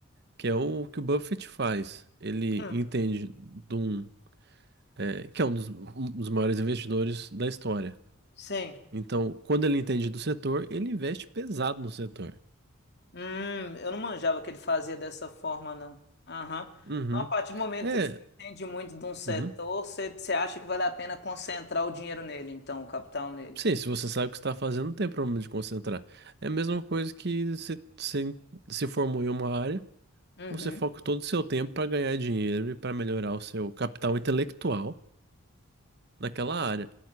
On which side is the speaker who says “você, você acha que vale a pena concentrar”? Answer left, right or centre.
Left